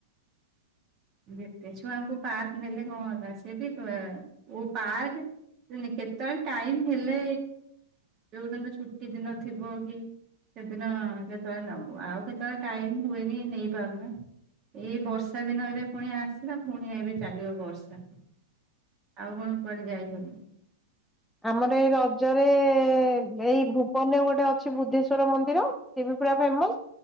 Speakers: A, on the right; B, in the centre.
A: ଯେତେ ଛୁଆଙ୍କୁ ପାର୍କ ନେଲେ କଣ ହେଲା ସେ ବି ପା ପାର୍କ କେତେବେଳେ ଟାଇମ୍ ହେଲେ ଯୋଉ ଦିନ ଛୁଟି ଦିନ ଥିବ କି ସେଦିନ କେତେବେଳେ ନବୁ। ଆଉ କେତେବେଳେ ଟାଇମ୍ ହୁଏନି ନେଇ ପାରୁନା। ଏଇ ବର୍ଷା ଦିନ ଏବେ ପୁଣି ଆସିଲା। ପୁଣି ଏବେ ଚାଲିବ ବର୍ଷା। ଆଉ କଣ କୁଆଡେ ଯାଇ ହବ।
B: ଆମର ଏଇ ରଜରେ ଏଇ ଭୁବନ ଗୋଟେ ଅଛି ବୁଦ୍ଧେଶ୍ଵର ମନ୍ଦିର। ସେ ବି ପୁରା ଫେମସ।